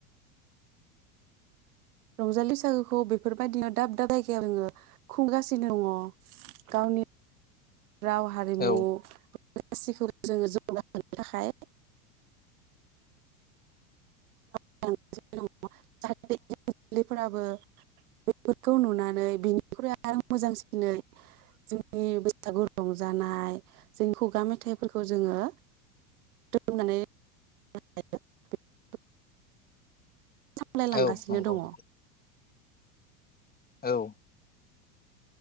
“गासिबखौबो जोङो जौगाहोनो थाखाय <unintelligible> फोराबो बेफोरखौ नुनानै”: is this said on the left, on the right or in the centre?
Right